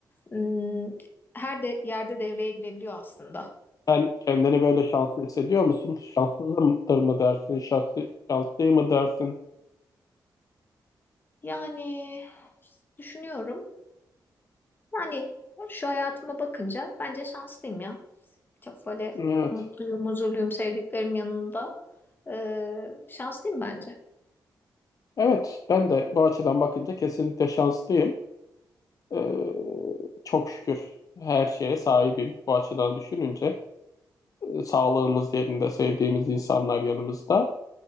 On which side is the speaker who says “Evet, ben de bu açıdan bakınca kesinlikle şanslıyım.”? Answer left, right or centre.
Left